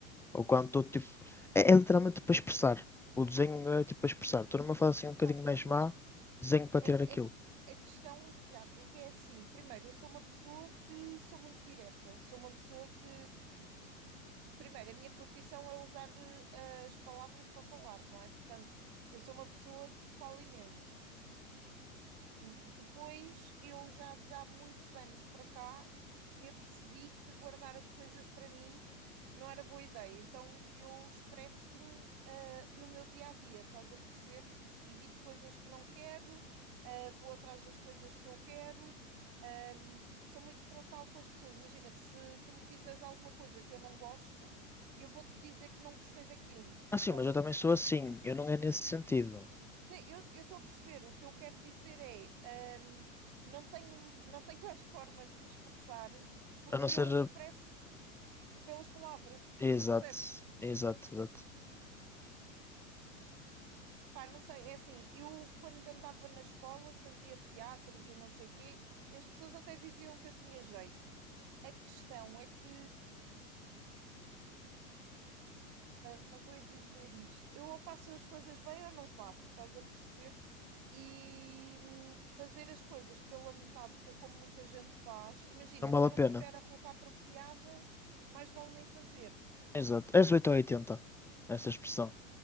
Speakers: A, in the centre; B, on the right.
A: Ou quando estou tipo. É, é literalmente para expressar. O desenho é tipo para expressar. Estou numa fase assim um bocadinho
B: Pá,
A: mais
B: mas
A: má, desenho para
B: é,
A: tirar aquilo.
B: é, a questão, Tiago, é que é assim: primeiro, eu sou uma pessoa que sou muito direta, sou uma pessoa que. Primeiro, a minha profissão é usar eh, as palavras para falar, não é? Portanto, eu sou uma pessoa que fala imenso. Depois, eu já de há muitos anos para cá me apercebi que guardar as coisas para mim não era boa ideia. Então, eu expresso-me, ah, no meu dia a dia, estás a perceber? Evito coisas que não quero, ah, vou atrás das coisas que eu quero. Um, e sou muito frontal com as pessoas. Imagina, se tu me fizeres alguma coisa que eu não gosto, eu vou-te dizer que não gostei daquilo.
A: Ah, sim,
B: Estás
A: mas eu
B: a
A: também
B: perceber?
A: sou assim. Eu não é nesse sentido.
B: Sim, eu eu estou a perceber. O que eu quero dizer é, hum, não tenho, não tenho <laughs> mais forma de me expressar porque
A: A não ser.
B: eu expresso pelas palavras,
A: Exato,
B: percebes?
A: exato, exato.
B: Pá, não sei, é assim, eu quando andava na escola fazia teatros e não sei quê, as pessoas até diziam que eu tinha jeito. A questão é que Como é que eu ia dizer isto? Eu ou faço as coisas bem ou não faço, estás a perceber? E hum, fazer as coisas pela metade, que é como muita gente faz. Imagina,
A: Não vale
B: se eu
A: a
B: não
A: pena.
B: tiver a roupa apropriada, mais vale nem fazer.
A: Exato. És 8 ou 80. Essa expressão.